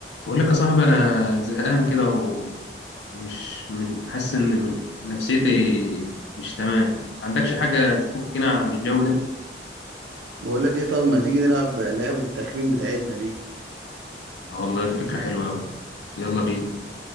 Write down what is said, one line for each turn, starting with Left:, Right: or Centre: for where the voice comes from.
Left: بقول لك يا صاحبي انا زهقان كده و- ومش م- حاسس ان نفسيتي مش تمام عندكش حاجه تفكنا عن الجو ده
Right: بقول لك ايه طب ما تيجي نلعب لعبة التخمين بتاعتنا دي
Left: اه والله ده فكره حلوه قوي يلا بينا